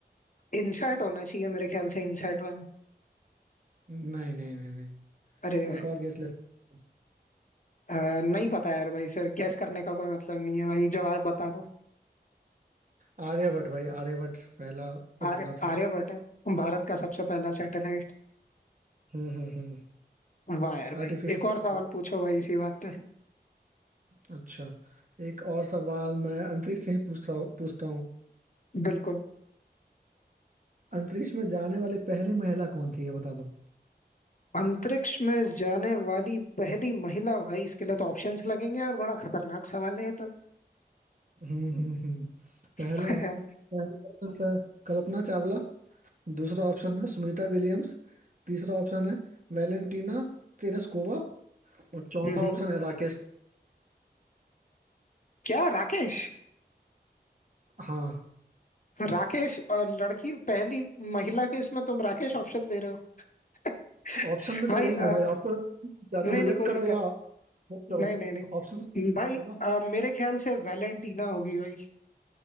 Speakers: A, on the left (about 50°); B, on the right (about 50°).
A: इनसैट होना चाहिए मेरे ख्याल से इनसैट वन
B: नहीं नहीं नहीं नहीं
A: अरे भाई
B: एक और गेस ले सकते
A: अ, नहीं पता यार भाई फिर गैस करने का कोई मतलब नहीं है भाई जवाब बता दो
B: हो। आर्यभट्ट भाई आर्यभट्ट पहला
A: आर्य
B: उपग्रह था
A: आर्यभट्ट है भारत का सबसे पहला सैटेलाइट
B: हम्म हम्म हम्म
A: वाह यार भाई
B: आर्टिफिशियल
A: एक और सवाल पूछो भाई इसी बात पे
B: अच्छा एक और सवाल मैं अंतरिक्ष से ही पूछता पूछता हूँ
A: बिल्कुल
B: अंतरिक्ष में जाने वाली पहली महिला कौन थी ये बता दो
A: अंतरिक्ष में जाने वाली पहली महिला भाई इसके लिए तो ऑप्शंस लगेंगे और बड़ा खतरनाक सवाल है ये तो
B: हम्म हम्म हम्म। पहला
A: <laughs> हम्म
B: पहला ऑप्शन है कल्पना चावला दूसरा ऑप्शन है सुनीता विलियम्स तीसरा ऑप्शन है वैलेंटीना तेरेस्कोवा और चौथा
A: हम्म।
B: ऑप्शन है राकेश
A: क्या राकेश
B: हाँ
A: राकेश और लड़की पहली महिला के इसमें तुम राकेश ऑप्शन दे रहे हो <laughs>
B: ऑप्शन में
A: भाई
B: तो वही है
A: अ,
B: भाई ऑप्शन या
A: नहीं
B: तो रिजेक्ट
A: नहीं कोई
B: करो
A: दिक्कत
B: या बुक करो
A: नहीं नहीं नहीं
B: ऑप्शन तो
A: नहीं भाई
B: है ना
A: अ, मेरे ख्याल से वैलेंटीना होगी भाई